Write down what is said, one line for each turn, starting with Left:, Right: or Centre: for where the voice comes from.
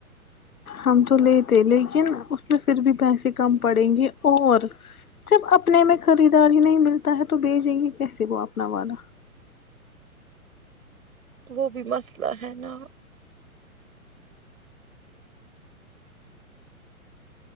Left: ہم تو لیتے لیکن اس میں پھر بھی پیسے کم پڑیں گے اور جب اپنے میں خریدار ہی نہیں ملتا ہے تو بیچیں گے کیسے وہ اپنا والا
Right: وہ بھی مسئلہ ہے نا